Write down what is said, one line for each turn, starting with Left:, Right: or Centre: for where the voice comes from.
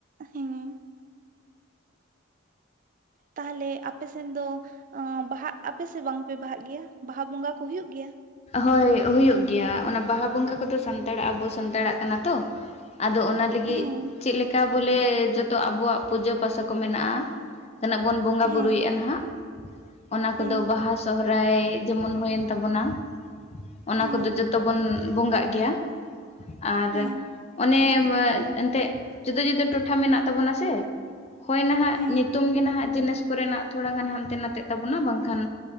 Right: ᱦᱩᱸᱢ ᱛᱟᱦᱚᱞᱮ ᱟᱯᱮᱥᱮᱱ ᱫᱚ ᱵᱟᱦᱟᱜ ᱟᱯᱮ ᱥᱮ ᱵᱟᱝᱯᱮ ᱵᱟᱦᱟᱜ ᱜᱮᱭᱟ ᱵᱟᱦᱟ ᱵᱚᱸᱜᱟ ᱠᱚ ᱦᱩᱭᱩᱜ ᱜᱮᱭᱟ
Left: ᱦᱳᱭ ᱦᱩᱭᱩᱜ ᱜᱮᱭᱟ ᱚᱱᱟ ᱵᱟᱦᱟ ᱵᱚᱸᱜᱟ ᱠᱚᱫᱚ ᱥᱟᱱᱛᱟᱲᱟᱜ ᱟᱵᱚ ᱥᱟᱱᱛᱟᱲᱟᱜ ᱠᱟᱱᱟ ᱛᱚ ᱟᱫᱚ ᱚᱱᱟ ᱞᱟᱹᱜᱤᱫ
Right: ᱦᱮᱸ
Left: ᱪᱮᱫ ᱞᱮᱠᱟ ᱵᱚᱞᱮ ᱡᱚᱛᱚ ᱟᱵᱚᱣᱟᱜ ᱯᱩᱡᱟᱹ ᱯᱟᱥᱟ ᱠᱚ ᱢᱮᱱᱟᱜ-ᱟ ᱛᱤᱱᱟᱹᱜ ᱵᱚᱱ ᱵᱚᱸᱜᱟ
Right: ᱦᱮᱸ
Left: ᱵᱩᱨᱩᱭᱮᱫ-ᱟ ᱱᱟᱦᱟᱜ ᱚᱱᱟ
Right: ᱦᱮᱸ
Left: ᱠᱚᱫᱚ ᱵᱟᱦᱟ ᱥᱚᱦᱨᱟᱭ ᱡᱮᱢᱚᱱ ᱦᱩᱭᱮᱱ ᱛᱟᱵᱚᱱᱟ ᱚᱱᱟ
Right: ᱦᱮᱸ
Left: ᱠᱚᱫᱚ ᱡᱚᱛᱚ ᱵᱚᱱ ᱵᱚᱸᱜᱟᱜ ᱜᱮᱭᱟ ᱟᱨ
Right: ᱦᱮᱸ
Left: ᱚᱱᱮ ᱮᱱᱛᱮᱜ ᱡᱩᱫᱟᱹ ᱡᱩᱫᱟᱹ ᱴᱚᱴᱷᱟ ᱢᱮᱱᱟᱜ ᱛᱟᱵᱚᱱᱟ ᱥᱮ ᱦᱳᱭ ᱱᱟᱦᱟᱜ
Right: ᱦᱮᱸ
Left: ᱧᱩᱛᱩᱢ ᱜᱮ ᱱᱟᱦᱟᱜ ᱡᱤᱱᱤᱥ ᱠᱚᱨᱮᱱᱟᱜ ᱛᱷᱚᱲᱟ ᱜᱟᱱ ᱦᱟᱱᱛᱮ ᱱᱟᱛᱮᱜ ᱛᱟᱵᱚᱱᱟ ᱵᱟᱝᱠᱷᱟᱱ